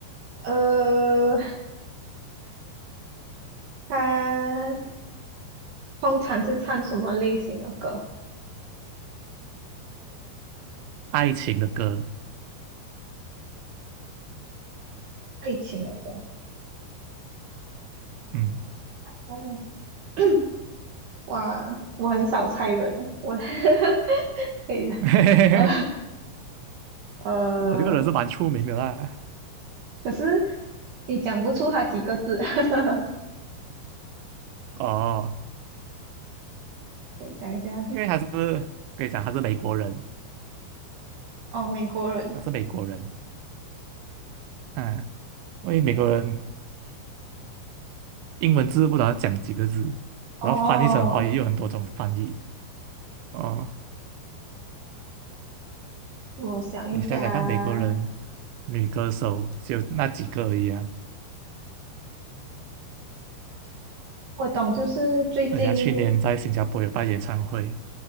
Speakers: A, on the right (about 65°); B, on the right (about 80°).
A: 呃，他。通常是唱什么类型的歌？
B: 爱情的歌，
A: 爱情的歌。
B: 嗯，
A: 哦，<clears throat> 哇，我很少猜人诶，我 <laughs> 可以的。
B: <laughs> 嘿嘿嘿，
A: <laughs> 呃呃，
B: 我这个人是蛮出名的啦，
A: 可是你讲不出他几个字。<laughs>
B: 哦，
A: 我想一下，
B: 因为他是可以讲他是美国人，
A: 哦，美国人。
B: 他是美国人，嗯，因为美国人英文字不知道讲几个字，
A: 哦，
B: 然后翻译成华语有很多种翻译。哦，
A: 我想一下，
B: 你想想看，美国人女歌手只有那几个而已啊，
A: 我懂，就是最近
B: 而且她去年在新加坡有办演唱会，